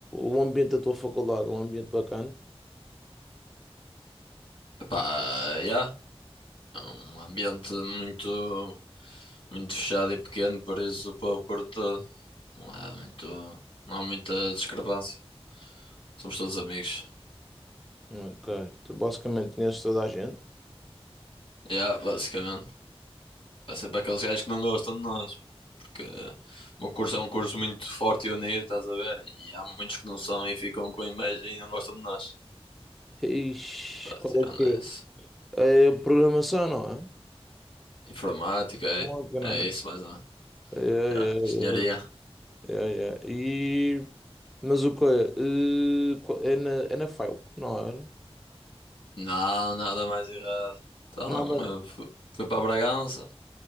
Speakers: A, in the centre; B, on the left.
A: o ambiente da tua faculdade, é um ambiente bacana?
B: Epá, yeah. É um ambiente muito, muito fechado e pequeno, por isso o povo curte. Não há muito, não há muita discrepância. Somos todos amigos.
A: Ok. Tu basicamente conheces toda a gente.
B: Yeah, basicamente. Há sempre aqueles gajos que não gostam de nós, porque o meu curso é um curso muito forte e unido, estás a ver? E há muitos que não são e ficam com inveja e não gostam de nós.
A: Ixi,
B: Pá,
A: qual
B: tirando
A: é que
B: isso.
A: é? É programação, não é?
B: Informática, é,
A: Informática,
B: é
A: não é?
B: isso mais ou
A: É, é,
B: Ah, senhoria,
A: é, é, é. E mas o que é? Eh, qual- É na, é na FAUP, não é?
B: não, nada mais errado. Então,
A: Nada.
B: eu fu- fui, para Bragança?